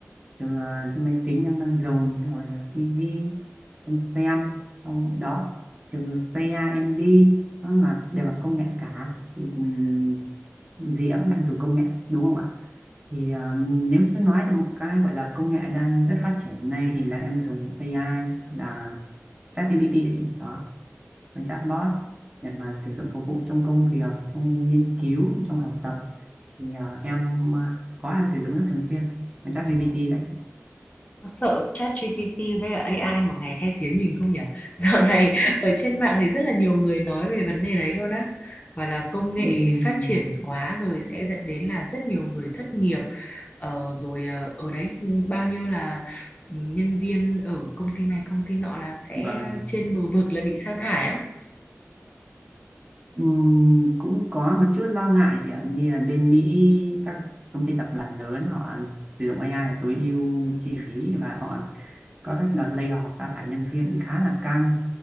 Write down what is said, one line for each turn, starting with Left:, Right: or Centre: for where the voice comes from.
Right: từ ờ, cái máy tính em đang dùng rồi là tivi em xem xong đó từ xe em đi nó là đều là công nghệ cả thì ừm, gì em cũng đang dùng công nghệ đúng không ạ thì ờ, nếu như nói được một cái gọi là công nghệ đang rất phát triển nay thì là em dùng AI là ChatGPT đấy chị đó con chatbot để mà sử dụng phục vụ trong công việc trong nghiên cứu trong học tập thì ờ, em ờ, có em sử dụng rất thường xuyên con ChatGPT
Left: Ừ,
Right: đấy
Left: Có sợ chat ChatGPT với cả AI một ngày thay thế mình không nhỉ? <laughs> Dạo này ở trên mạng thì rất là nhiều người nói về vấn đề đấy luôn á. Và là công nghệ
Right: Ừm,
Left: phát triển quá rồi sẽ dẫn đến là rất nhiều người thất nghiệp. Ờ, rồi ờ, ở đấy bao nhiêu là ừ, nhân viên ở công ty này công ty nọ là sẽ
Right: vâng
Left: trên bờ vực là bị sa thải á.
Right: Ừm, cũng có một chút lo ngại chị ạ như là bên Mỹ các công ty tập đoàn lớn họ sử dụng AI tối ưu chi phí và họ có các đợt layoff sa thải nhân viên khá là căng